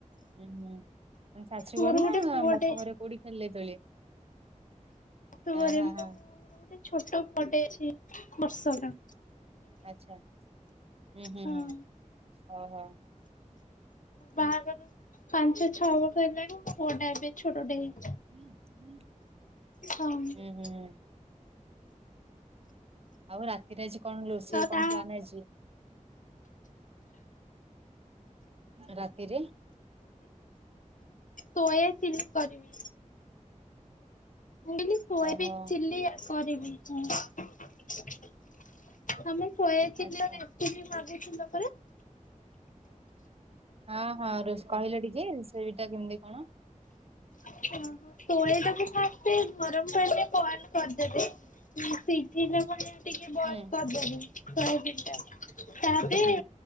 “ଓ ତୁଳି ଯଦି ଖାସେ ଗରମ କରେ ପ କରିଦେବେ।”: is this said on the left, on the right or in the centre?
Left